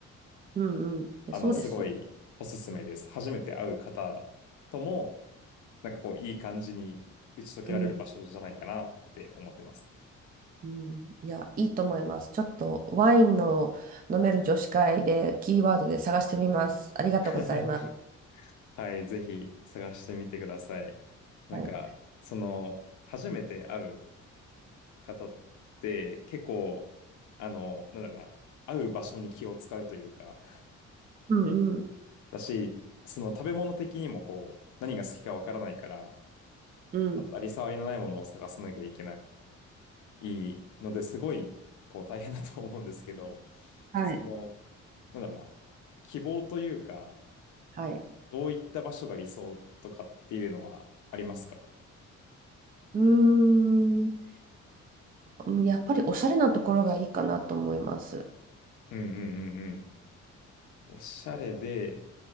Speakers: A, on the right; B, on the left.
A: うんうん。えそうですよ。
B: あの、すごいおすすめです。初めて会う方とも、なんかこう、いい感じに打ち解けられる場所じゃないかなって思ってます。
A: うん、うんいや、いいと思います。ちょっとワインの飲める女子会でキーワードで探してみます。ありがとうございます。
B: <laughs> はい、ぜひ探してみてください。なんか、
A: はい。
B: その、初めて会う方って結構、あの、なんだろうな、会う場所に気を使うというか
A: うんうん。
B: <laughs> だし、その食べ物的にもこう、何が好きかわからないから、
A: うん。
B: 当たり障りのないものを探さなきゃいけないいのですごいこう大変だと思うんですけど、
A: はい。
B: その、なんだろうな、希望というか、
A: はい。
B: どういった場所が理想とかっていうのはありますか
A: うーん。うんやっぱりおしゃれなところがいいかなと思います。
B: うんうんうんうん。おしゃれで、